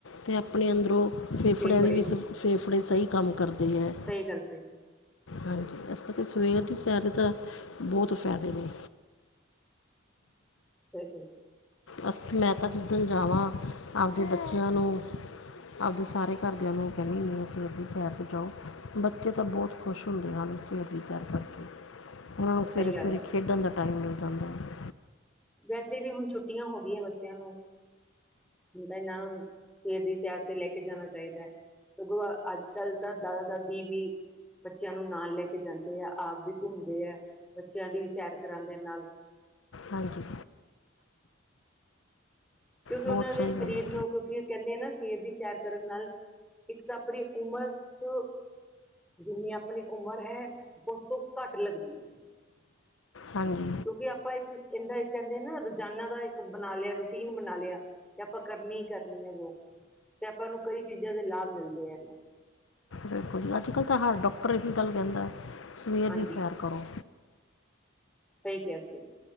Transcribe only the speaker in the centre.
ਤੇ ਫੜੇ
ਸਹੀ ਗੱਲ ਤੇ
<inaudible>
<inaudible>
ਸਹੀ
ਗੱਲ ਐ।
ਵੈਸੇ ਵੀ, ਹੁਣ ਛੁੱਟੀਆਂ ਹੋ ਗਈਆਂ ਬੱਚਿਆਂ ਨੂੰ ਹੁਣ ਤਾਂ ਨਾ, ਸਵੇਰ ਦੀ ਸੈਰ ਤੇ ਲੈ ਕੇ ਜਾਣਾ ਚਾਹੀਦਾ ਆ ਸਗੋਂ, ਅੱਜ- ਕੱਲ ਤਾਂ ਦਾਦਾ ਦਾਦੀ ਵੀ ਬੱਚਿਆਂ ਨੂੰ ਨਾਲ ਲੈ ਕੇ ਜਾਂਦੇ ਆ, ਆਪ ਵੀ ਘੁੰਮਦੇ ਆ, ਬੱਚਿਆਂ ਦੀ ਵੀ ਸੈਰ ਕਰਾਂਦੇ ਨਾਲ
ਕਿਉਂਕਿ,
ਉਹਨਾਂ ਦੇ
ਸਰੀਰ
ਨੂੰ ਕਿਉਂਕਿ, ਕਹਿੰਦੇ ਆ ਨ, ਸਵੇਰ ਦੀ ਸੈਰ ਕਰਨ ਨਾਲ ਇੱਕ ਤਾਂ, ਆਪਣੀ ਉਮਰ ਚ ਜਿੰਨੀ ਆਪਣੀ ਉਮਰ ਹੈ, ਉਸ ਤੋਂ ਘੱਟ ਲੱਗਦੀ ਐ।
ਕਿਉਂਕਿ, ਆਪਾਂ ਇੱਕ ਇਹਦਾ ਇੱਕ ਕਹਿੰਦੇ ਆ ਨਾ, ਰੋਜ਼ਾਨਾ ਦਾ ਇੱਕ ਬਣਾ ਲਿਆ, ਰੂਟੀਨ ਬਣਾ ਲਿਆ ਤੇ ਆਪਾਂ, ਕਰਨੀ ਹੀ ਕਰਨੀ ਹੈ ਵੋਕ, ਤੇ ਆਪਾਂ ਨੂੰ ਕਈ ਚੀਜ਼ਾਂ ਦੇ ਲਾਭ ਮਿਲਦੇ ਆ
ਹਾਂਜੀ
ਸਹੀ ਕਿਹਾ ਤੂੰ।